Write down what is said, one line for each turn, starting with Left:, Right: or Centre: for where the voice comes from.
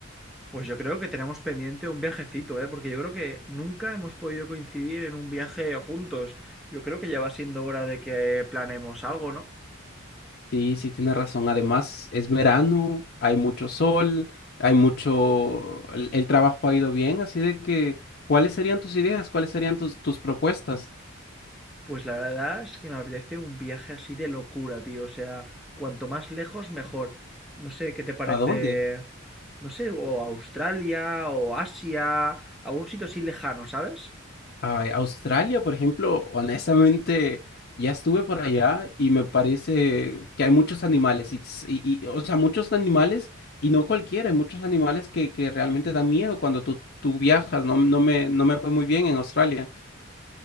Centre: Pues yo creo que tenemos pendiente un viajecito, ¿eh? Porque yo creo que nunca hemos podido coincidir en un viaje juntos. Yo creo que ya va siendo hora de que planeemos algo, ¿no?
Left: Sí, sí, tienes razón, además es verano, hay mucho sol, hay mucho, el, el trabajo ha ido bien, así de que, ¿cuáles serían tus ideas? ¿Cuáles serían tus, tus propuestas?
Centre: Pues la verdad es que me parece un viaje así de locura, tío. O sea, cuanto más lejos, mejor. No sé, ¿qué te parece?
Left: ¿A dónde?
Centre: No sé, o Australia, o Asia, algún sitio así lejano, ¿sabes?
Left: Ay, Australia, por ejemplo, honestamente, ya estuve por allá y me parece que hay muchos animales, y, ts- y- y, o sea, muchos animales, y no cualquiera, hay muchos animales que, que realmente dan miedo cuando tú, tú viajas, no, no me, no me fue muy bien en Australia.